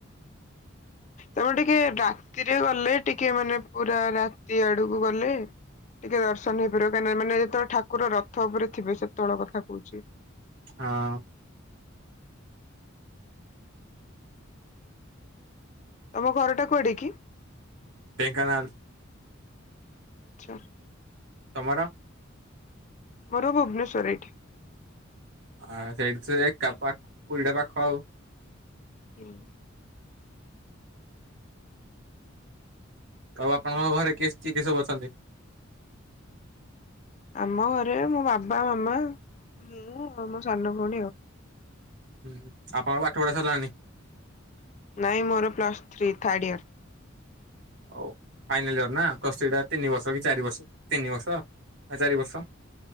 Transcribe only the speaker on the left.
ତମ ଟିକେ ରାତିରେ ଗ ଗଲେ ଟିକେ ମାନେ ପୁରା ରାତି ଆଡକୁ ଗଲେ । ଟିକେ ଦର୍ଶନ ହେଇପାରିବ କାହିଁ ନା ମାନେ ଯେତେ ବେଳେ ଠାକୁର ରଥ ଉପରେ ଥିବେ ସେତେବେଳ କଥା କହୁଛି ।
ତମ ଘର ଟା କୁଆଡେ କି ।
ଆଚ୍ଛା।
ମୋର ଭୁବନେଶ୍ଵର ଏଇଠି ।
ହୁଁ ।
ଆମ ଘରେ ମୋ ବାବା ମାମା ମୁଁ ଆଉ ମୋ ସାନ ଭଉଣୀ ଆଉ ।
ନାଇଁ ମୋର ପ୍ଲସ ଥ୍ରୀ ଥାର୍ଡ ଇୟର ।